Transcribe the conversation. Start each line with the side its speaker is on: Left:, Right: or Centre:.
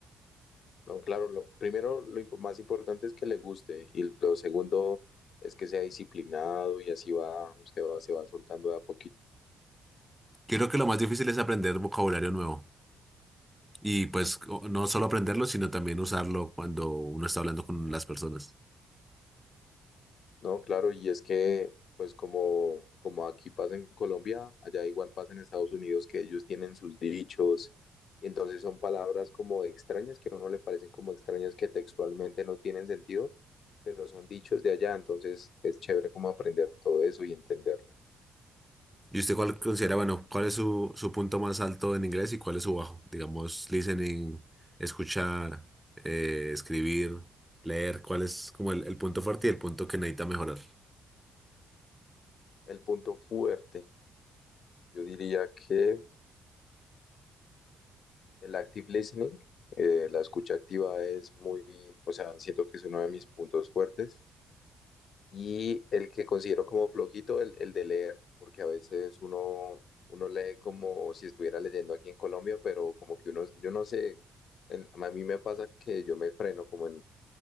Left: No, claro, lo, primero lo impo- más importante es que le guste y lo segundo es que sea disciplinado y así va, usted va, se va soltando de a poquito.
Centre: Creo que lo más difícil es aprender vocabulario nuevo y pues o- no solo aprenderlo, sino también usarlo cuando uno está hablando con las personas.
Left: No, claro, y es que pues como, como aquí pasa en Colombia, allá igual pasa en Estados Unidos que ellos tienen sus dichos y entonces son palabras como extrañas que a uno le parecen como extrañas que textualmente no tienen sentido, pero son dichos de allá, entonces es chévere como aprender todo eso y entenderlo.
Centre: ¿Y usted cuál considera, bueno, cuál es su, su punto más alto en inglés y cuál es su bajo? Digamos, listening, escuchar, eh, escribir, leer, ¿cuál es como el, el punto fuerte y el punto que necesita mejorar?
Left: El punto fuerte, yo diría que... El active listening, eh, la escucha activa es muy, o sea, siento que es uno de mis puntos fuertes. Y el que considero como flojito, el, el de leer, porque a veces uno, uno lee como si estuviera leyendo aquí en Colombia, pero como que uno, yo no sé, en- a mí me pasa que yo me freno como en,